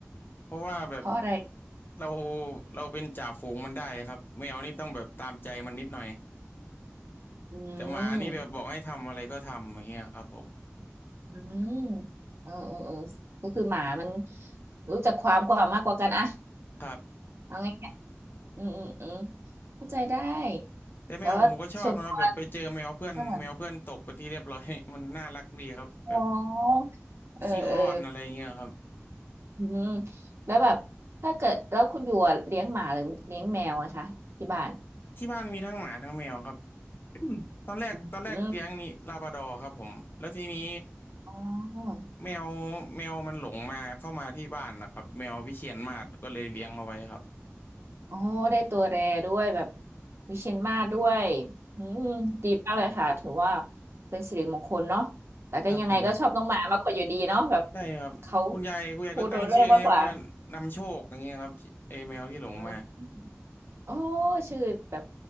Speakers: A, on the left; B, on the right.
A: เพราะว่าแบบ
B: เพราะอะไร
A: เราเราเป็นจ่าฝูงมันได้ครับแมวนี่ต้องแบบตามใจมันนิดหน่อย
B: อื
A: แต่หมานี่แบบบอกให้ทำอะไรก็ทำอย่างเงี้ยครับผม
B: มอืมเออเออเออก็คือหมามันรู้จักความกว่ามากกว่ากันอะ
A: ครับ
B: เอาง่ายๆอืมอืมอืมเข้าใจได้
A: แต่แมวผมก็ชอบนะครับแบบไปเจอแมวเพื่อนแมวเพื่อนตกเป็นที่เรียบร้อย
B: แล้วว่าส่วนตัวอ่า
A: <laughs> มันน่ารักดีครับแบบ
B: อ๋อเออเออ
A: ขี้อ้อนอะไรเงี้ยครับ
B: อืมแล้วแบบถ้าเกิดแล้วคุณอยู่อะเลี้ยงหมาหรือเลี้ยงแมวอะคะที่บ้าน
A: ที่บ้านมีทั้งหมาทั้งแมวครับ <coughs> <clears throat> ตอนแรกตอนแรกเลี้ยงนี่ลาบราดอร์ครับผมแล้วทีนี้
B: อืมอมอ๋อ
A: แมวแมวมันหลงมาเข้ามาที่บ้านนะครับแมววิเชียรมาศก็เลยเลี้ยงเอาไว้ครับ
B: อ๋อได้ตัวแรด้วยแบบวิเชียรมาศด้วยอืมดีมากเลยค่ะถือว่าเป็นสิริมงคลเนาะแต่ก็ยังไงก็ชอบน้องหมามากกว่าอยู่ดีเนาะแบบ
A: ครับผม ได้ครับคุณยายคุณยายก็ตั้งชื่อให้ว่านำโชคอย่างเงี้ยครับที่ไอแมวที่หลงมา
B: เขาพูดรู้เรื่องมากกว่าอื โอ้ชื่อแบบ